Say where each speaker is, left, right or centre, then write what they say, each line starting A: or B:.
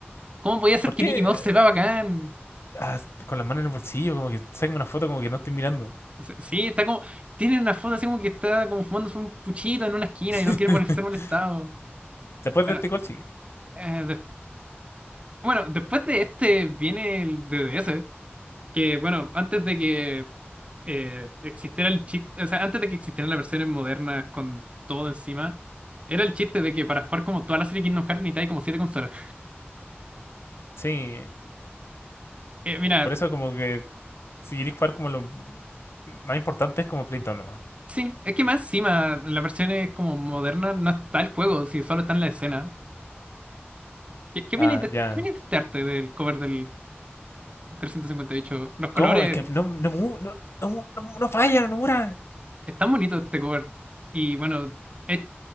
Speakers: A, on the right; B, on the left.
A: ¿Cómo podía ser
B: ¿Por
A: que
B: qué?
A: Mickey Mouse
B: eh,
A: se va bacán?
B: ah, con las manos en el bolsillo, como que saca una foto como que no estoy mirando.
A: S- Sí, está como. Tiene una foto así como que está como fumándose un puchito en una esquina
B: <laughs>
A: y no quiere molest- ser molestado.
B: Después
A: Bueno,
B: de este gol sigue.
A: eh, des- bueno, después de este viene el D D S que, bueno, antes de que eh, existiera el chiste, o sea, antes de que existieran las versiones modernas con todo encima, era el chiste de que para jugar como toda la serie Kingdom Hearts necesitáis como siete consolas.
B: Sí,
A: Eh, mira,
B: por eso como que si queréis jugar como lo m- más importante es como Playtone nomás.
A: sí, es que más encima, en las versiones como modernas no está el juego, si solo está en la escena. ¿Qué, qué opináis
B: Ah,
A: de,
B: ya.
A: qué opináis de este arte del cover del trescientos cincuenta y ocho Los colores,
B: ¿Cómo? Es que no, no, mu- no, no, mu- no, mu- no falla, no mura.
A: están bonitos este cover. Y bueno, es-